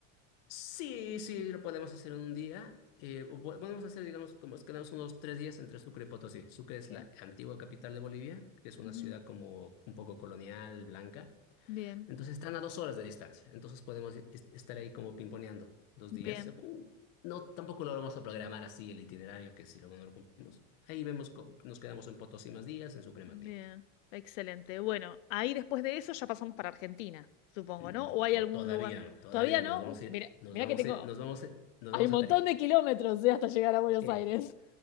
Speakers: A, on the left; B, on the left.
A: Sí, sí, lo podemos hacer en un día. eh, o po- podemos hacer, digamos, como es quedamos unos tres días entre Sucre y Potosí. Sucre es
B: Bien,
A: la antigua capital de Bolivia, que es una
B: Ujú.
A: ciudad como un poco colonial, blanca.
B: bien,
A: Entonces están a dos horas de distancia. Entonces podemos i- est- estar ahí como pimponeando dos
B: bien,
A: días. según- No, tampoco lo vamos a programar así el itinerario, que si luego no lo cumplimos. Ahí vemos, cómo- nos quedamos en Potosí más días, en Sucre más
B: bien.
A: días.
B: Excelente. Bueno, ahí después de eso ya pasamos para Argentina, supongo,
A: No,
B: ¿no? ¿O hay
A: to-
B: algún
A: todavía
B: lugar?
A: no, todavía
B: Todavía no.
A: no, nos vamos
B: Uf,
A: a ir,
B: mira,
A: nos
B: mira
A: vamos
B: que tengo.
A: a ir, nos vamos a, nos
B: Hay
A: vamos
B: un montón
A: a Tarija.
B: de kilómetros, eh, hasta llegar a Buenos
A: Eh,
B: Aires.